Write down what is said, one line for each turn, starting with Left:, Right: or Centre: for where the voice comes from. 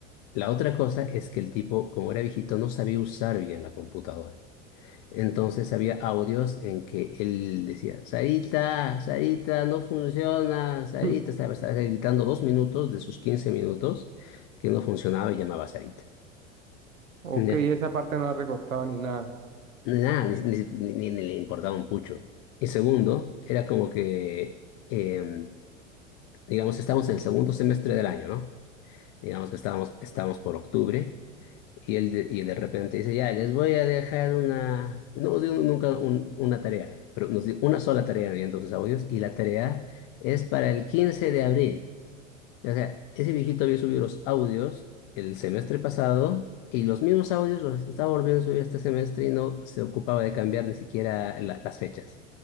Left: La otra cosa es que el tipo, como era viejito, no sabía usar bien la computadora. Entonces había audios en que él decía, Sarita, Sarita, no funciona, Sarita,
Right: <laughs>
Left: estaba, estaba gritando dos minutos de sus 15 minutos que no funcionaba y llamaba a Sarita.
Right: Ok,
Left: Ya.
Right: esa parte no la recortaba ni nada.
Left: Nada, ni, ni- ni- ni le importaba un pucho. Y segundo, era como que, eh, digamos, estábamos en el segundo semestre del año, ¿no? Digamos que estábamos, estábamos por octubre y él de, y de repente dice, ya, les voy a dejar una, no nos dio nunca un- una tarea, pero nos dio una sola tarea en sus audios y la tarea es para el 15 de abril. O sea, ese viejito había subido los audios el semestre pasado y los mismos audios los estaba volviendo a subir este semestre y no se ocupaba de cambiar ni siquiera la- las fechas.